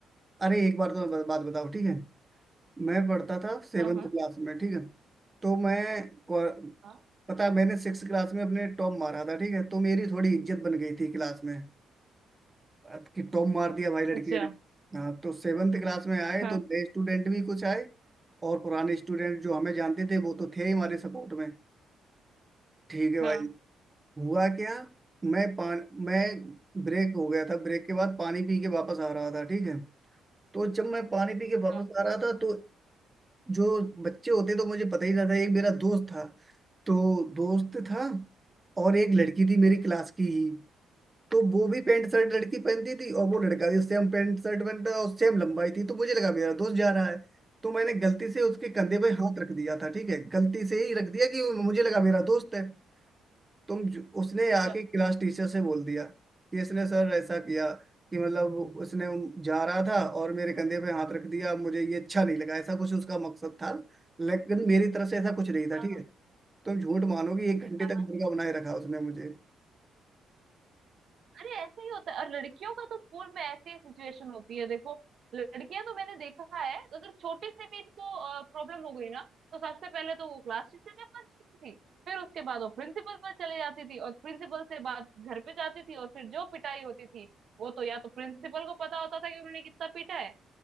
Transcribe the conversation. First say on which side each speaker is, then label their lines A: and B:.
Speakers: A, on the right; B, on the right.
A: अरे एक बार तो मैं बात बताओ ठीक है मैं पढ़ता था सेवन्थ
B: हाँ हाँ
A: क्लास में ठीक है तो मैं को-
B: हाँ
A: पता है मैंने सिक्स क्लास में अपने टॉप मारा था ठीक है तो मेरी थोड़ी इज्जत बन गई थी क्लास में अब कि टॉप मार दिया भाई लड़के
B: अच्छा
A: ने हाँ तो सेवन्थ क्लास में आए
B: हाँ
A: तो नए स्टूडेंट भी कुछ आए और पुराने स्टूडेंट जो हमें जानते थे वो तो थे ही हमारे सपोर्ट में ठीक है
B: हाँ
A: भाई हुआ क्या मैं पान मैं ब्रेक हो गया था ब्रेक के बाद पानी पी के वापस आ रहा था ठीक है तो जब मैं पानी पी के वापस
B: हाँ
A: आ रहा था तो जो बच्चे होते तो मुझे पता ही ना था एक मेरा दोस्त था तो दोस्त था और एक लड़की थी मेरी क्लास की ही तो वो भी पैंट शर्ट लड़की पहनती थी और वो लड़का भी सेम पैंट शर्ट पहनता था और सेम लंबाई थी तो मुझे लगा मेरा दोस्त जा रहा है तो मैंने गलती से उसके कंधे पे हाथ रख दिया था ठीक है गलती से ही रख दिया कि मुझे लगा मेरा दोस्त है तुम जो- उसने आके
B: अच्छा
A: क्लास टीचर से बोल दिया कि इसने सर ऐसा किया कि मतलब उसने जा रहा था और मेरे कंधे पे हाथ रख दिया मुझे ये अच्छा नहीं लगा ऐसा कुछ उसका मकसद था लेकिन मेरी तरफ से ऐसा कुछ नहीं था
B: हाँ
A: ठीक
B: हाँ
A: है तुम झूठ मानोगी एक घंटे
B: हाँ
A: तक मुर्गा बनाए रखा उसने मुझे
B: अरे ऐसे ही होता है और लड़कियों का तो स्कूल में ऐसी ही सिचुएशन होती है देखो लड़कियां तो मैंने देखा है तो अगर छोटी से भी इनको प्रॉब्लम हो गई ना तो सबसे पहले तो वो क्लास टीचर के पास जाती थी फिर उसके बाद वो प्रिंसिपल पर चले जाती थी और प्रिंसिपल से बात घर पे जाती थी और फिर जो पिटाई होती थी वो तो या तो प्रिंसिपल को पता होता था कि उन्होंने कितना पीटा है